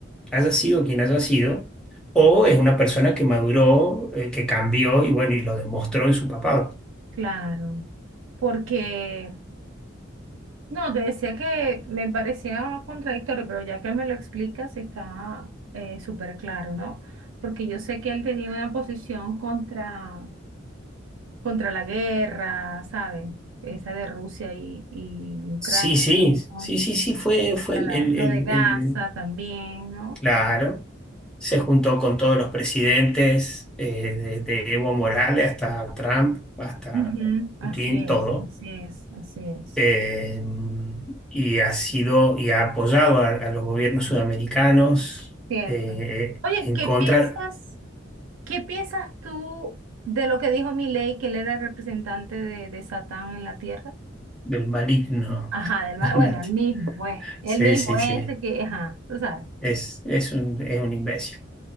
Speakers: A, in the centre; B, on the right.
A: haya sido quien haya sido, o es una persona que maduró, eh, que cambió y bueno, y lo demostró en su papado.
B: Claro, porque, no, te decía que me parecía contradictorio, pero ya que me lo explicas está eh, súper claro, ¿no? Porque yo sé que él tenía una posición contra, contra la guerra, ¿sabes? Esa de Rusia y, y Ucrania,
A: Sí, sí,
B: ¿sabes? Contra
A: sí, sí, sí, fue, fue
B: la-
A: el, el-
B: lo
A: el-
B: de Gaza
A: el-
B: también, ¿no?
A: claro. Se juntó con todos los presidentes, eh, desde Evo Morales hasta Trump, hasta
B: Ujú, Así
A: Putin,
B: es,
A: todo.
B: así es, así es.
A: Eh, y ha sido y ha apoyado a, a los gobiernos sudamericanos
B: Cierto.
A: eh,
B: Oye,
A: en
B: ¿qué
A: contra
B: piensas? ¿Qué piensas tú de lo que dijo Milei, que él era el representante de, de Satán en la tierra?
A: del maligno.
B: Ajá, del mal,
A: <laughs>
B: bueno, el mismo, pues, el
A: Sí,
B: mismo,
A: sí,
B: ese
A: sí.
B: que, ajá, tú sabes.
A: Es, es un, es un imbécil.